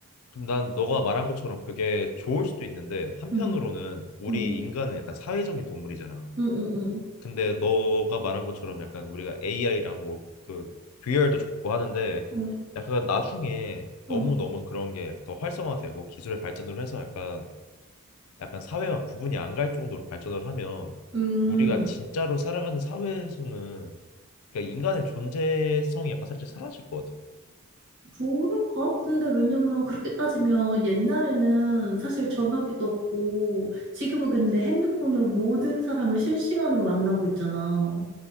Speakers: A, on the left (about 80°); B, on the right (about 55°).
A: 근데 난 너가 말한 것처럼 그게 좋을 수도 있는데, 한편으로는
B: 응,
A: 우리
B: 응,
A: 인간은 약간 사회적인 동물이잖아.
B: 응, 응, 응,
A: 근데 너가 말한 것처럼 약간 우리가 AI랑 뭐 그 VR도 좋고 하는데,
B: 응,
A: 약간 나중에 너무너무
B: 응.
A: 그런 게 더 활성화되고 기술의 발전으로 해서 약간 약간 사회와 구분이 안 갈 정도로 발전을 하면
B: 음,
A: 우리가 진짜로 살아가는 사회에서는 그러니까 인간의 존재성이 약간 살짝 사라질 것 같아.
B: 그럴까? 근데 왜냐면 그렇게 따지면 옛날에는 사실 전화기도 없고 지금은 근데 핸드폰으로 모든 사람을 실시간으로 만나고 있잖아.